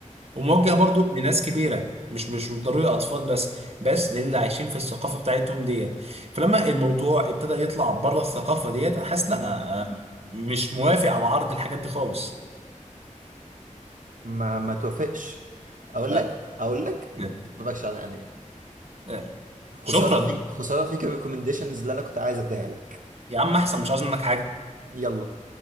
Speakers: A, on the right; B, on the right.
A: وموجه برضو لناس كبيره مش مش ضروري اطفال بس بس للي عايشين في الثقافه بتاعتهم ديت فلما الموضوع ابتدى يطلع بره الثقافه ديت انا حاسس لا
B: مم.
A: آه، مش موافق على عرض الحاجات دي خالص
B: ما ما توافقش اقول
A: آه،
B: لك اقول لك
A: آه،
B: ما تتفرجش على انمي
A: آه.
B: خسارة
A: شكرا
B: فيك خسارة فيك الريكومنديشنز اللي انا كنت عايز اديها لك
A: يا عم احسن مش عاوز منك حاجه
B: يلا